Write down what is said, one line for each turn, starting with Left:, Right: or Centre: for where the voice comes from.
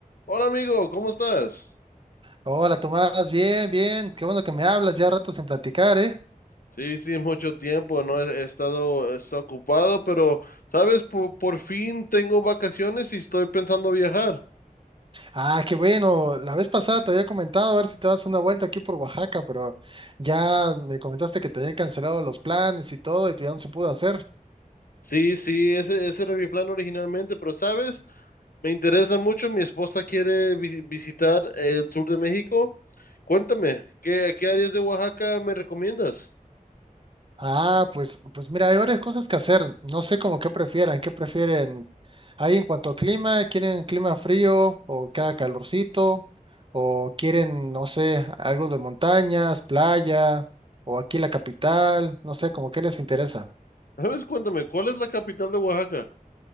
Left: Hola amigo, ¿cómo estás?
Right: Hola Tomás, bien, bien, qué bueno que me hablas, ya ratos en platicar, ¿eh?
Left: Sí, sí, mucho tiempo, no he, he estado, he estado ocupado, pero sabes, por, por fin tengo vacaciones y estoy pensando viajar.
Right: Ah, qué bueno, la vez pasada te había comentado a ver si te das una vuelta aquí por Oaxaca, pero ya me comentaste que te habían cancelado los planes y todo y que ya no se pudo hacer.
Left: Sí, sí, ese, ese era mi plan originalmente, pero sabes, me interesa mucho, mi esposa quiere vi- visitar el sur de México. Cuéntame, ¿qué, qué áreas de Oaxaca me recomiendas?
Right: Ah, pues, pues mira, hay varias cosas que hacer, no sé como qué prefieran, qué prefieren ahí en cuanto a clima, ¿quieren clima frío o que haga calorcito? ¿O quieren, no sé, algo de montañas, playa o aquí la capital? No sé, como qué les interesa.
Left: Sabes, cuéntame, ¿cuál es la capital de Oaxaca?